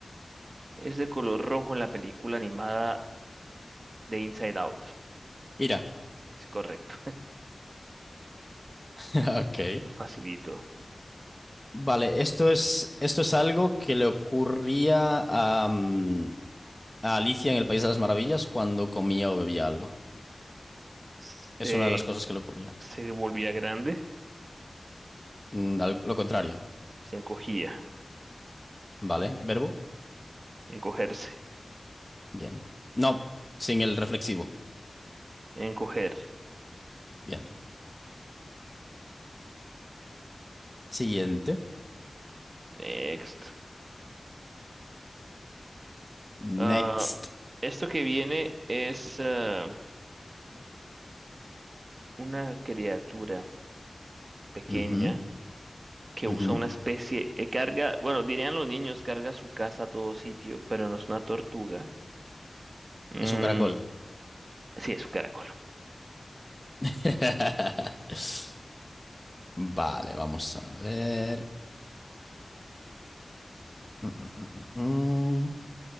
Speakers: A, on the right; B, on the left.
A: es de color rojo en la película animada de Inside Out.
B: Ira.
A: Es correcto,
B: <laughs> Ok.
A: facilito.
B: Vale, esto es, esto es algo que le ocurría a, mm, a Alicia en el País de las Maravillas cuando comía o bebía algo.
A: Se,
B: Es una de las cosas que le ocurría.
A: se volvía grande,
B: Mm, al- lo contrario.
A: se encogía.
B: Vale, verbo.
A: Encogerse.
B: Bien. No, sin el reflexivo.
A: Encoger.
B: Bien. Siguiente.
A: Next.
B: Next.
A: Ah, esto que viene es ah, una criatura pequeña
B: Ujú,
A: que
B: ujú.
A: usa una especie, eh, carga, bueno, dirían los niños, carga su casa a todo sitio, pero no es una tortuga. Mm,
B: Es un caracol.
A: sí, es un caracol.
B: <laughs> Vale, vamos a ver. Mm, mm, mm, mm.